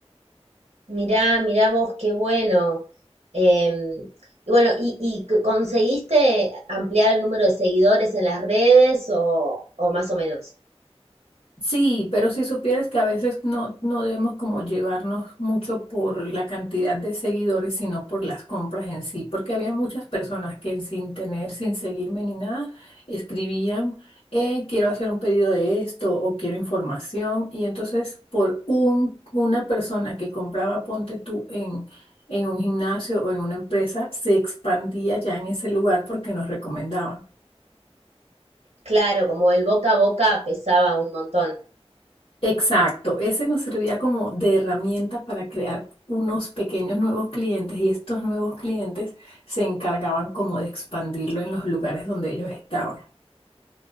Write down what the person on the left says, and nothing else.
Sí, pero si supieras que a veces no, no debemos como llevarnos mucho por la cantidad de seguidores, sino por las compras en sí, porque había muchas personas que sin tener, sin seguirme ni nada, escribían, eh, quiero hacer un pedido de esto o quiero información, y entonces por un, una persona que compraba, ponte tú en, en un gimnasio o en una empresa, se expandía ya en ese lugar porque nos recomendaban.
Exacto, ese nos servía como de herramienta para crear unos pequeños nuevos clientes y estos nuevos clientes se encargaban como de expandirlo en los lugares donde ellos estaban.